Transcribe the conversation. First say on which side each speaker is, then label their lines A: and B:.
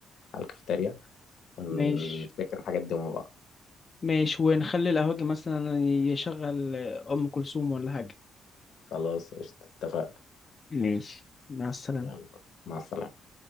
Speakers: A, on the left (about 70°); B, on the left (about 35°).
A: على الكافيتيريا ونفتكر
B: ماشي
A: الحاجات دي مع بعض
B: ماشي ونخلي القهوجي مثلا يشغل ام كلثوم ولا حاجه
A: خلاص قشطة اتفقنا
B: ماشي مع السلامه
A: يلا مع السلامة